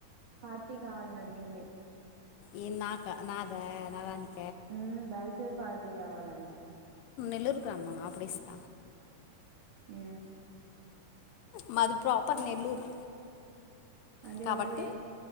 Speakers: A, on the right; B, on the left.
A: పార్టీ కావాలని అడిగింది
B: ఈ నాకా నాద నాదానికి
A: ఉ బ్యాచలర్స్ పార్టీ కావాలంట
B: <unintelligible> అప్పుడు ఇష్ట
A: ఉ
B: మాది ప్రాపర్ నెల్లూరు
A: అదే
B: కాబట్టి
A: అదే